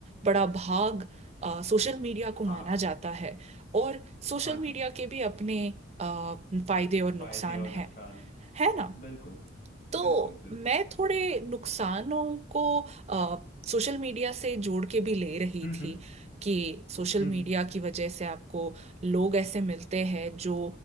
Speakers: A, on the right (about 35°); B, on the left (about 40°).
A: बड़ा भाग अ, सोशल मीडिया को माना
B: हाँ
A: जाता है और सोशल
B: हाँ जी
A: मीडिया के भी अपने अ, फायदे और नुकसान
B: फायदे और
A: हैं
B: नुकसान
A: है
B: है
A: ना
B: बिल्कुल
A: तो
B: बिल्कुल बिल्कुल
A: मैं थोड़े नुकसानों को सोशल मीडिया से जोड़ के भी ले रही
B: हम्म
A: थी
B: हम्म
A: कि सोशल
B: हम्म,
A: मीडिया की वजह से आपको लोग ऐसे मिलते हैं जो